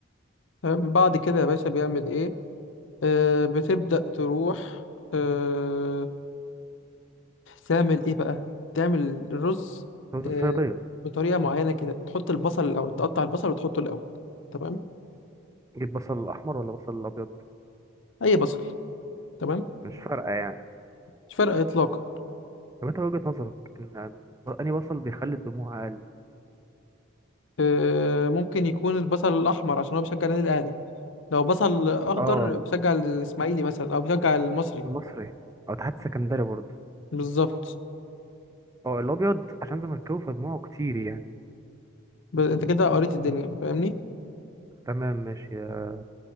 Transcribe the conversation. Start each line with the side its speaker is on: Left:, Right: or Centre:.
Left: تمام؟ بعد كده يا باشا بيعمل ايه آه بتبدأ تروح آه تعمل ايه بقى تعمل الرز
Right: رز
Left: آه
Right: الصيادية
Left: بطريقة معينة كده تحط البصل الأول تقطع البصل وتحطه الأول تمام
Right: جيب بصل أحمر ولا بصل أبيض
Left: أي بصل تمام
Right: مش فارقة يعني
Left: مش فارقة إطلاقا
Right: طب انت وجهة نظرك ان أنهي بصل بيخلي الدموع أقل
Left: آه ممكن يكون البصل الأحمر عشان هو بيشجع النادي الأهلي لو بصل أخضر
Right: اه
Left: بيشجع الإسماعيلي مثلا أو بيشجع المصري
Right: المصري أو تحت سكندري برضه
Left: بالظبط
Right: اه الأبيض عشان زملكاوي فدموعه كتير يعني
Left: ب- أنت كده قريت الدنيا فاهمني
Right: تمام ماشي آه،